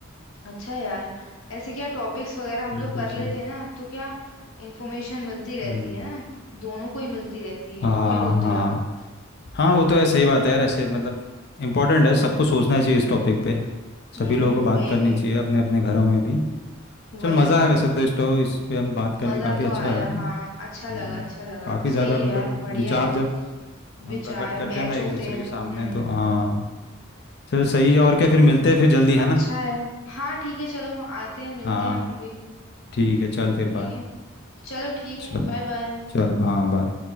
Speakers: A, on the left; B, on the left.
A: अच्छा यार ऐसे क्या टॉपिक्स वगैरह हम
B: बिल्कुल
A: लोग कर लेते
B: सही
A: हैं ना तो क्या इंफॉर्मेशन मिलती रहती
B: हम्म
A: है ना दोनों को ही मिलती रहती है
B: हाँ
A: क्या बोलते
B: हाँ
A: हो आप
B: हाँ वो तो है सही बात है यार ऐसे मतलब इम्पोर्टेंट है सबको सोचना चाहिए इस टॉपिक पे
A: हम्म
B: सभी लोगों को बात
A: वही
B: करनी
A: वही
B: चाहिए अपने अपने घरों में भी
A: वही
B: चल मज़ा
A: तो
B: आया वैसे तो इस तो इस पे हम बात करके
A: मजा
B: काफ़ी
A: तो
B: अच्छा
A: आया
B: लगा नहीं
A: हाँ अच्छा
B: हम्म,
A: लगा अच्छा लगा
B: काफी ज्यादा
A: सही है
B: मतलब
A: यार बढ़िया
B: विचार
A: है
B: जब हम
A: विचार
B: प्रकट करते
A: मैच
B: हैं ना एक
A: होते
B: दूसरे
A: हैं
B: के सामने
A: तो हम्म
B: तो हाँ चल सही है और क्या फिर मिलते हैं फिर जल्दी है
A: अच्छा
B: ना
A: है हाँ ठीक है चलो आते हैं मिलते
B: हाँ
A: हैं हम भी
B: ठीक है चल
A: ठीक
B: फिर बाय
A: है चलो ठीक
B: चल
A: है बाय बाय
B: चल हाँ बाय